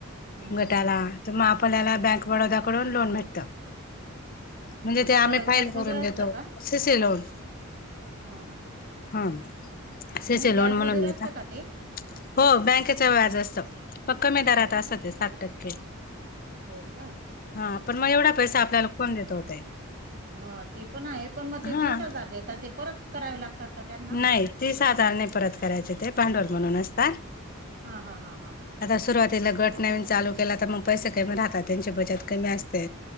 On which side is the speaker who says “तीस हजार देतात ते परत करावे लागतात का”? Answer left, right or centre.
Right